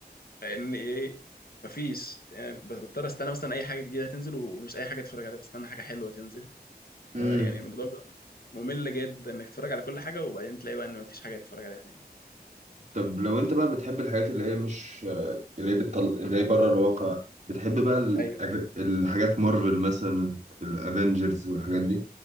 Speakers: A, on the left (about 65°); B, on the right (about 45°).
A: ان ايه مفيش يعني بس- بضطر استنى مثلا اي حاجه جديده تنزل ومش اي حاجه اتفرج عليها بستنى حاجه حلوه تنزل فيعني
B: امم
A: الموضوع بيبقى ممل جدا انك تتفرج على كل حاجه وبعدين تلاقي بقى ان مفيش حاجه تتفرج عليها تاني
B: طب لو انت بقى بتحب الحاجات اللي هي مش اللي هي بتطل... اللي هي بره الواقع بتحب بقى ال...
A: ايوه
B: الحاجات مارفل مثلا الافنجرز والحاجات دي